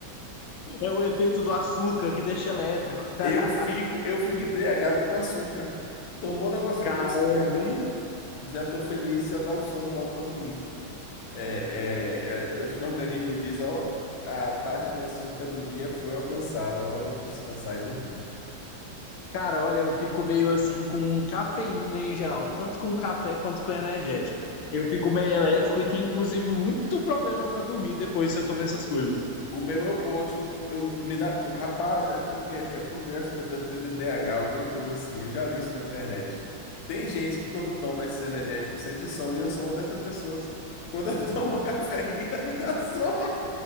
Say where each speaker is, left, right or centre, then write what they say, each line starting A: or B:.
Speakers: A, on the left; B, on the left.
A: É o efeito do açúcar que deixa elétrico. <laughs>
B: Eu fico, eu fico embriagado com açúcar. Tomou um negócio
A: Caramba,
B: doce, daqui a pouco
A: hein?
B: já tô feliz, já dá o sono logo para dormir. É, é, é, o organismo diz, ó, a taxa de açúcar do dia foi alcançada, a hora de descansar e dormir.
A: Cara, olha, eu fico meio assim com cafeína em geral, tanto com café quanto com energético. Eu fico meio elétrico e tenho, inclusive, muito problema para dormir depois se eu tomar essas coisas.
B: O meu é o oposto, eu me dá, rapaz, é porque é porque eu acho que eu devo ter TDAH, alguma coisa assim. Eu já li isso na internet. Tem gente que quando toma esses energéticos sente sono e eu sou uma dessas pessoas. Quando eu tomo <laughs> cafeína, me dá sono.